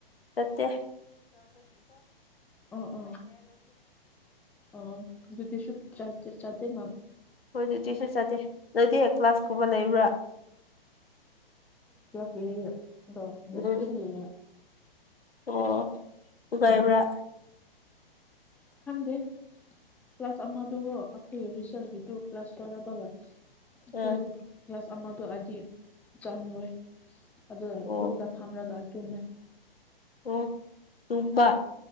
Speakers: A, on the left; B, in the centre.
A: ꯇ
B: ꯑꯣ ꯑꯣ ꯑꯣ ꯗꯁꯨ ꯆ ꯆꯗ ꯃꯥ
A: ꯍꯣꯏꯗꯤ ꯇ꯭ꯨꯁꯟ ꯆꯠꯇꯦ ꯑꯗꯨꯗꯤ ꯍꯦꯛ ꯀ꯭ꯂꯥꯁꯀꯨꯝꯕ ꯂꯩꯕ꯭ꯔꯥ
B: ꯄ꯭ꯂ ꯑꯗꯣ ꯕꯔꯤꯇꯤꯁ
A: ꯎꯝ
B: ꯄꯂꯤꯌꯥꯟ
A: ꯑꯣ ꯎꯒꯥꯏꯕ꯭ꯔꯥ
B: ꯎꯝ ꯈꯪꯗꯦ ꯀ꯭ꯂꯥꯁ ꯑꯃꯗꯨꯒꯣ ꯑꯩꯈꯣꯏꯒꯤ ꯔꯤꯁꯔꯁꯀꯤꯗꯨ ꯀ꯭ꯂꯥꯁ ꯇꯧꯔꯕꯒ
A: ꯑ
B: ꯑꯩꯈꯣꯏ ꯀ꯭ꯂꯥꯁ ꯑꯃꯗꯣ ꯑꯩꯗꯤ ꯆꯪꯉꯨꯔꯣꯏ ꯑ
A: ꯑꯣ
B: ꯌꯨꯝꯗ ꯐꯝꯂꯒ ꯇꯨꯝꯃꯦ
A: ꯑꯣ ꯇꯨꯕ